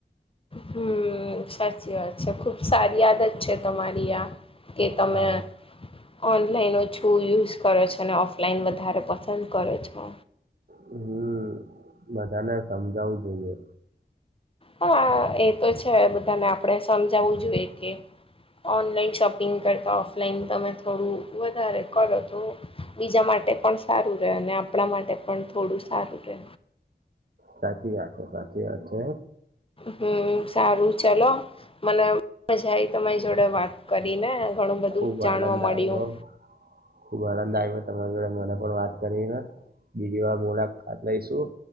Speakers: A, on the left; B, on the right.
A: હમ્મ સા અચ છે ખૂબ સારી આદત છે તમારી આ કે તમે
B: હા
A: ઓન ઓનલાઈનો છું યુઝ કરો છો અને ઓફલાઈન વધારે પસંદ કરો છો.
B: હમ્મ બધાને સમજાવું જોઈએ.
A: હા એ તો છે બધાને આપણે સમજાવું જોઈએ કે ઓનલાઈન શોપિંગ કરતા ઓફલાઈન તમે થોડું વધારે કરો તો બીજા માટે પણ સારું રહે અને આપણા માટે પણ થોડું સારું રહે.
B: સાચી વાત છે સાચી વાત છે.
A: હમ્મ સારું ચલો. મને મજા આવી તમારી જોડે વાત કરીને ઘણું બધું
B: ખુબ
A: જાણવા
B: આનંદ
A: મળ્યું
B: આવ્યો ખુબ આનંદ આવ્યો તમારી મને પણ વાત કરીને બીજી વાર મુલાકાત લઈશું.